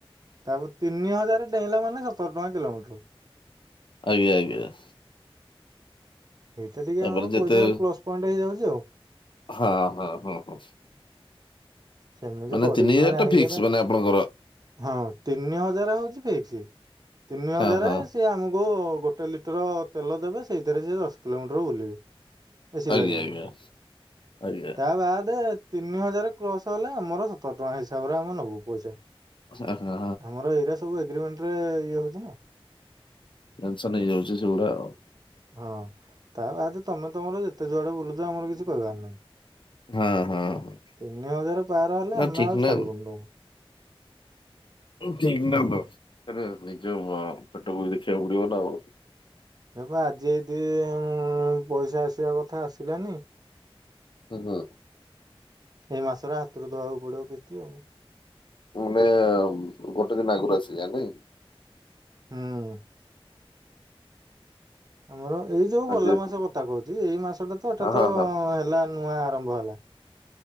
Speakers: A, on the right; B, on the left.
A: ତାପରେ ତିନି ହଜାର ଡେଇଁଲା ମାନେ ସତର ଟଙ୍କା କିଲୋମିଟର।
B: ଆଜ୍ଞା ଆଜ୍ଞା।
A: ସେଇଟା ଟିକେ
B: ତାପର
A: ଆମର ପଇସା
B: ଯେତେ
A: ପ୍ଲସ ପଏଣ୍ଟ ହେଇଯାଉଛି ଆଉ
B: ହଁ ହଁ ହଁ ହଁ।
A: ସେମିତି
B: ମାନେ
A: କରିକିଣା
B: ତିନି ହଜାର
A: ଜାଣିକିହେରା।
B: ଟା ଫିକ୍ସ ମାନେ ଆପଣଙ୍କର
A: ହଁ ତିନି ହଜାର ହଉଛି ଫିକ୍ସ ତିନି
B: ହଁ
A: ହଜାର
B: ହଁ
A: ସେ ଆମକୁ ଗୋଟେ ଲିଟର ତେଲ ଦେବେ ସେଇଥିରେ ସେ ଦଶ କିଲୋମିଟର ବୁଲିବେ। ଏସି
B: ଆଜ୍ଞା
A: ଲଗେଇ
B: ଆଜ୍ଞା
A: କି
B: ଆଜ୍ଞା
A: ତା ବାଦେ ତିନି ହଜାର କ୍ରସ ହେଲେ ଆମର ସତର ଟଙ୍କା ହିସାବରେ ଆମେ ନବୁ ପଇସା।
B: ହ ହ ହ।
A: ଆମର ଏଇରା ସବୁ ଏଗ୍ରିମେଣ୍ଟରେ ଇଏ ହଉଛି ନା।
B: ଜନସନ ହେଇଯାଉଛି ସେଗୁଡା ଆଉ
A: ହଁ ତା ବାଦ ତମେ ତମର ଯେତେ ଯୁଆଡେ ବୁଲୁଛ ଆମର କିଛି କହିବାର ନାହିଁ।
B: ହଁ ହଁ ହଁ
A: ତିନି ହଜାର ପାର ହେଲେ
B: ନା
A: ଆମେ
B: ଠିକ
A: ଆଉ
B: ନା
A: ଛାଡିବୁନ ତମକୁ।
B: ଠିକ୍
A: ହୁଁ
B: ନାତ ତେବେ ନିଜ ପେଟକୁ ବି ଦେଖିବାକୁ ପଡିବ ନା ଆଉ
A: ଏପା ଆଜି ଏଇଦି ଇଁ ପଇସା ଆସିବା କଥା ଆସିଲାନି।
B: ହୁଁ ହୁଁ।
A: ଏଇ ମାସରେ ହାତରେ ଦବାକୁ ପଡିବ କିସ୍ତି ଆଉ।
B: ଉମେ ଗୋଟେ ଦିନ ଆଗରୁ ଆସେ ଜାଣିନକି?
A: ହୁଁ। ଆମର ଏଇ ଯୋଉ ଗଲା
B: ଯେହେତୁ
A: ମାସ କଥା କହୁଛି ଏଇ ମାସ ଟା ତ ଏଟା
B: ହଁ
A: ତ
B: ହଁ
A: ହେଲା ନୂଆ ଆରମ୍ଭ ହେଲା